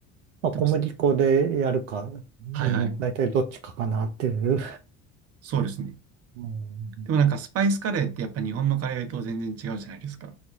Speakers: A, on the right (about 85°); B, on the right (about 40°).
A: あ小麦粉でやるか、
B: でも、
A: うん、
B: はいはい。
A: 大体どっちかかなっていう。
B: そうですね。
A: うん。
B: でもなんかスパイスカレーってやっぱ日本のカレーと全然違うじゃないですか。